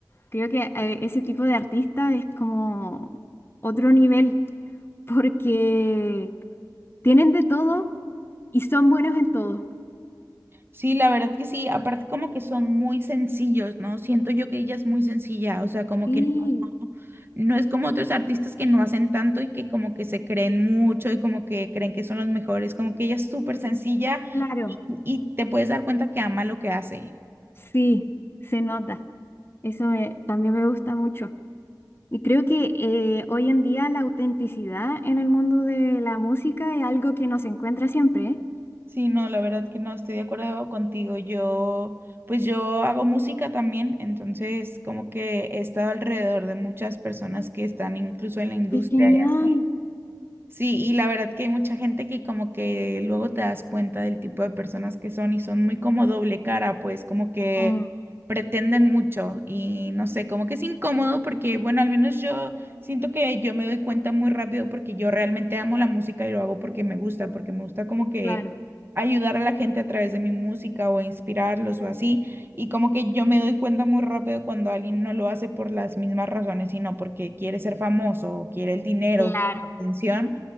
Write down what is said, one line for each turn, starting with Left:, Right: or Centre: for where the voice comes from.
Left: Creo que eh, ese tipo de artista es como otro nivel, porque tienen de todo y son buenos en todo.
Right: Sí, la verdad que sí, aparte como que son muy sencillos, ¿no? Siento yo que ella es muy sencilla, o sea, como
Left: Sí,
Right: que no, no es como otros artistas que no hacen tanto y que como que se creen mucho y como que creen que son los mejores, como que ella es súper sencilla
Left: claro,
Right: y te puedes dar cuenta que ama lo que hace.
Left: sí, se nota. Eso me- también me gusta mucho. Y creo que eh, hoy en día la autenticidad en el mundo de la música es algo que nos encuentra siempre, ¿eh?
Right: Sí, no, la verdad que no, estoy de acuerdo contigo. Yo, pues yo hago música también, entonces como que he estado alrededor de muchas personas que están incluso en la industria.
Left: ¡Qué genial!
Right: y así. Sí, y la verdad que hay mucha gente que como que luego te das cuenta del tipo de personas que son y son muy como doble cara, pues como que
Left: Mm,
Right: pretenden mucho y no sé, como que es incómodo porque, bueno, al menos yo siento que yo me doy cuenta muy rápido porque yo realmente amo la música y lo hago porque me gusta, porque me gusta como que
Left: claro,
Right: ayudar a la gente a través de mi música o inspirarlos o así, y como que yo me doy cuenta muy rápido cuando alguien no lo hace por las mismas razones, sino porque quiere ser famoso o quiere el dinero,
Left: claro,
Right: quiere la atención.